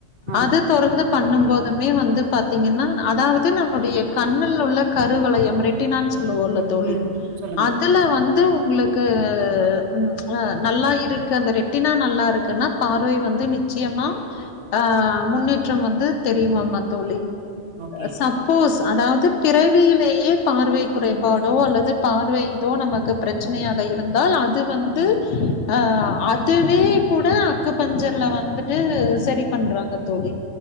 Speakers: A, on the right; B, on the left.
A: ஆஹா
B: அது தொடர்ந்து பண்ணும் போதுமே வந்து பாத்தீங்கன்னா அதாவது நம்முடைய கண்ணில உள்ள கருவலையம் ரெட் ரெட்டினானு சொல்லுவோல
A: ம்
B: தோழி
A: ம் சொல்லுங்க
B: அதுல வந்து து உங்களுக்கு உ நல்லா இருக்கு அந்த ரெட்டினா நல்லா இருக்குன்னா பார்வை வந்து நிச்சயமா ஆ முன்னேற்றம் வந்து தெரியுமாமா தோழி
A: ஓகே
B: அ சப்போஸ் அதாவது பிறவியிலேயே பார்வை குறைபாடோ அல்லது பார்வை இதோ நமக்கு பிரச்சனையாக இருந்தால் அது இது வந்து
A: ம்
B: அ அதுவே கூட அக்குப்பஞ்சர்ல வந்துட்டு சரி பண்றாங்க தோழி